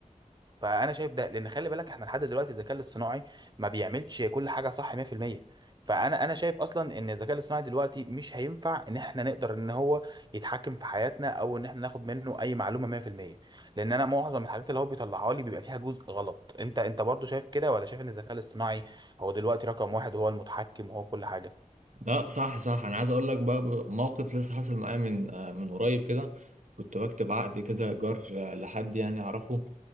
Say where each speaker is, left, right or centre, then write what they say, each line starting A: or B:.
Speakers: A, on the right; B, on the right.
A: فانا شايف ده لان خلي بالك احنا لحد دلوقتي الذكاء الاصطناعي ما بيعملش كل حاجه صح 100% فانا انا شايف اصلا ان الذكاء الاصطناعي دلوقتي مش هينفع ان احنا نقدر ان هو يتحكم في حياتنا او ان احنا ناخد منه اي معلومه 100% لان انا معظم الحاجات اللي هو بيطلعها لي بيبقى فيها جزء غلط انت انت برضو شايف كده ولا شايف ان الذكاء الاصطناعي هو دلوقتي رقم واحد هو المتحكم وهو كل حاجه
B: لا صح صح انا عايز اقول لك بقى موقف لسه حاصل معايا من آه، من قريب كده كنت بكتب عقد كده ايجار آه، لحد يعني اعرفه